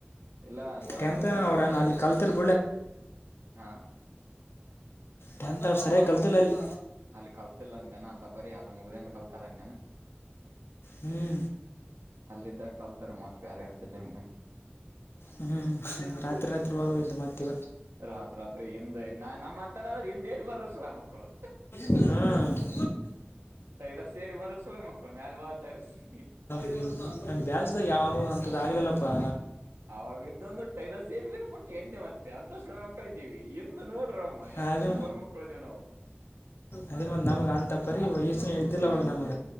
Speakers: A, on the right (about 80°); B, on the left (about 75°).
A: ಇಲ್ಲ ಸ್ವಲ್ಪ
B: ಟೆಂತ್
A: ಸ್ವಲ್ಪನ
B: ಅವ್ರ ಅಲ್ಲಿ
A: ಇಷ್ಟ
B: ಕಲ್ತಿಲ್ಲ
A: ಹಾ
B: ತ ಅವ ಸರಿಯಾಗಿ ಕಲ್ತಿಲ್ಲ ಅಲ್ಲಿ
A: ಅಲ್ಲಿ ಕಲ್ತಿಲ್ಲ ಅಂಗ್ಯನ ಅಂತ ಬರಿ ಅಾವ್ದ ಮುಗ್ದಿಂದ ಕಲ್ತಾರ ಅಂಗ್ಯನಾ
B: ಹ್ಞೂ
A: ಅಲ್ಲಿದ್ದ ಕಲ್ತರ ಮತ್ವ್ಯಾರ ಇರ್ತಿದ್ದ ಹಂಗನು
B: ಹ್ಮ್ ರಾತ್ರಿ ರಾತ್ರಿ ಹೋಗಿದ್ದು ಮತ್ತೆ
A: ರಾತ್ ರಾತ್ರಿ ಹಿಂದ್ ನಾ ನಮ್ಮ ಅಂತಾರ ಆದ್ರರು ಹಿಂದ ಏರ್ ಬರ ಸಲ ಮಕ್ಕಳು
B: ಹ್ಞೂ
A: ಟೈರಸ ಏಾರಿ ಬರ ಸಲ ಮಕ್ಕಳು ಮ್ಯಲ್ ಬಾರ ರಸಿ
B: ನ ಬ್ಯಾಜ್ದ ಯಾವ್ದ ಅಂತದ್ದ ಆಗ್ಲಿಲ್ಲಪ್ಪಾ
A: ಅವಾಗ ಇದ್ದೊ ಒಂದು ಟೈರಸ್ ಏರ್ಬರ ಪ ಎಂದೆ ಮತ್ತೆ ಅಂತ ಸಣ್ಣ ಮಕ್ಕಳ ಇದ್ದೀವಿ ಇಂದು ನೋಡ್ರಮ್ಮ ಎ
B: ಅದೇ
A: ಸಳ ಮಕ್ಳೇಜ ನವು
B: ಅದೇ ಮತ್ ನಮಗ ಅಂತ ಪರಿ ವಯಸ್ನ ಇ್ದಲ್ಲ ಅವಾಗ ನಮಗ